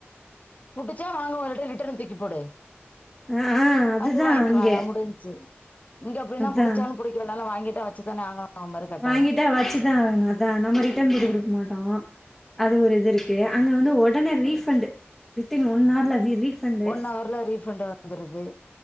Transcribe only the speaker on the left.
புடிச்சா வாங்குவாங்க அப்டியே ரிட்டன்ன தூக்கி போடு
வந்து வாங்கிக்க
வானா முடிஞ்ச்சி இங்க அப்டினா
புடிச்சாலு புடிக்கலனாலு வாங்கிட்டா வச்சு தானே ஆகணு மறு கட்டாயோ
ஒன் ஹவர்ல ரீஃபண்ட் வந்துருது